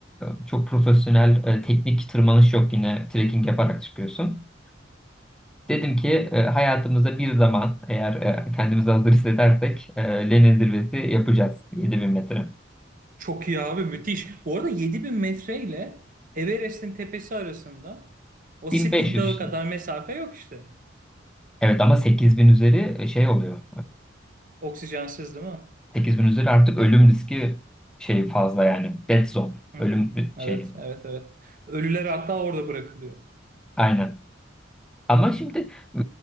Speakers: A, in the centre; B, on the right.
A: e, çok profesyonel e, teknik tırmanış yok yine trekking yaparak çıkıyorsun. Dedim ki e, hayatımızda bir zaman eğer e, kendimizi hazır hissedersek e, Lenin zirvesi yapacağız 7000 metre.
B: Çok iyi abi müthiş. Bu arada 7000 metre ile Everest'in tepesi arasında o
A: 1500
B: Spil Dağı
A: işte.
B: kadar mesafe yok işte.
A: Evet ama 8000 üzeri e, şey oluyor.
B: Oksijensiz değil mi?
A: E, 8000 üzeri artık ölüm riski şey fazla yani. Dead zone.
B: Hı
A: Ölüm
B: hı. Evet,
A: şeyi.
B: evet, evet. Ölüler hatta orada bırakılıyor.
A: Aynen. Ama şimdi e,